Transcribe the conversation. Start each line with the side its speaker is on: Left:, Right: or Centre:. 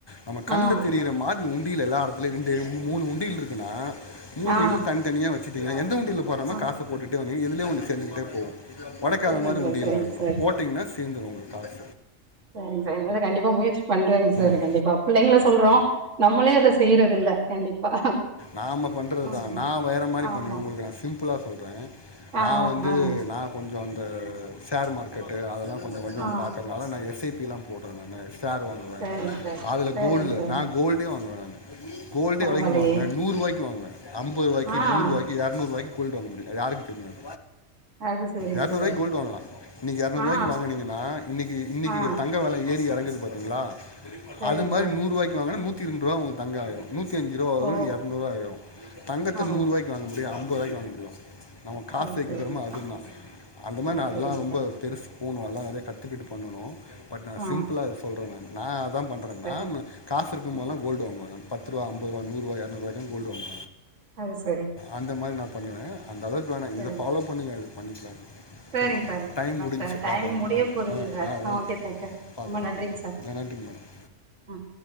Left: நம்ம கண்ல
Right: ஆ
Left: தெரிற மாரி உண்டியல எல்லா எடத்துல ரெண்டு மூணு உண்டியில் இருக்குன்னா மூணு
Right: ஆ
Left: இதுல தனிதனியா வச்சுட்டீங்கன்னா எந்த உண்டியில போர்றமோ
Right: ஆ
Left: காச போட்டுட்டே வந்தீங்க எதுலயோ ஒன்னு சேந்துக்கிட்டே போவு ஒடைக்காத
Right: சரிங்க
Left: மாரி
Right: சார்
Left: உண்டியலா
Right: சரிங்க
Left: இருக்கணு
Right: சார்
Left: போட்டீ ங்கன்னா சேந்துரு உங்களுக்கு காசு
Right: செரிங் சார் இனிமேலு கண்டிப்பா முயற்சி பண்றேங் சார்
Left: ம்
Right: கண்டிப்பா பிள்ளைங்கள சொல்றோ நம்மளே அத செய்யறதில்ல கண்டிப்பா
Left: நாம பண்றதுதா
Right: ஆமா
Left: நா வேற மாரி
Right: ஆமா
Left: பண்ணுவே உங்களுக்கு நா சிம்ப்ளா சொல்றே
Right: ஆ
Left: நா வந்து
Right: ஆ
Left: நா கொஞ்சோ அந்த ஷேர் மார்க்கெட்டு அதெல்லா கொஞ்ச கொஞ்சோ
Right: ஆ
Left: நா பாக்குறதுனால நா எஸ் ஐ பி லா போட்டுறே நானு ஷேர் வாங்குவே
Right: சரிங்க சார்
Left: அதுல
Right: சரிங்க
Left: கோல்டுல
Right: சார்
Left: நா கோல்டே வாங்குவே நானு கோல்டே
Right: பரவாயில்லையே
Left: எவ்ளக்கி தெரிமா வாங்க நூறுவாய்க்கு வாங்குவ அம்பது ரூவாய்க்கு
Right: ஆ
Left: நூறு ரூவாய்க் இருநூறு ரூபாக்கு கோல்டு வாங்க முடியும் அது யாருக்கு தெரியு அது
Right: அது சரிங்க
Left: இருநூறு
Right: சார்
Left: ரூபாய்க்கு கோல்டு வாங்கலா இன்னைக்கு இருநூறு
Right: ஆ
Left: ரூவாய்க்கு வாங்குனீங்கன்னா இன்னைக்கி இன்னைக்கி
Right: ஆ
Left: தங்க வேல ஏறி இறங்குது பாத் ங்களா
Right: சரிங்க
Left: அது மாரி
Right: சார்
Left: நூறுவாய்க்கு வாங்கனா நூத்தி இரண்டு ரூபா உங்களுக்கு தங்கம் ஆயிரும் நூத்தி அஞ்சுரூபா வரது
Right: ஓ
Left: இருநூறுவா ஆயிரு தங்கத்த
Right: ஆ
Left: நூறுவாய்க்கு
Right: ஓ
Left: வாங்க முடியு அம்பது ரூவாக்கு வாங்க முடியு நம்ம காசு
Right: சரி
Left: <unintelligible>
Right: சரிங்க சார்.
Left: அதுதா அந்த மாரி
Right: அது
Left: நா அதெலா
Right: சரிங்க
Left: ரொம்ப
Right: சார்
Left: பெருசு போனு வேலல்லா நெறய கத்துக்கிட்டு பண்ணணு பட் நா
Right: ஆ
Left: சிம்பிளா இது சொல்றனா நா அதா பண்ற
Right: சரிங்க
Left: நானு காசு இருக்கு
Right: சார்
Left: போதுலா கோல்டு வாங்குவ பத்ரூவா ஐம்பதுரூவா நூறுவா இரநூறுவாக்குலா கோல்டு வாங்குவ
Right: அது சரி
Left: அந்த மாரி நா பண்ணுவே அந்தளவுக்கு வேணா
Right: சரிங்க
Left: இத ஃபாலோ பண்ணுங்க அது பண்ணிக்கலா
Right: சரிங்க
Left: செரி
Right: சார் கண்டிப்பாங்க
Left: டைம் முடிஞ்ச்சு
Right: சார்
Left: பாக்லாங்க
Right: டைமிங் முடிய
Left: ஆ
Right: போகுதுங்க
Left: ஆ
Right: சார்
Left: ஆ ஓகே
Right: தேங்க் யூ
Left: பாக்லா
Right: ரொம்ப நன்றிங்க சார்
Left: ந நன்றிங்க மேடம்
Right: ஆ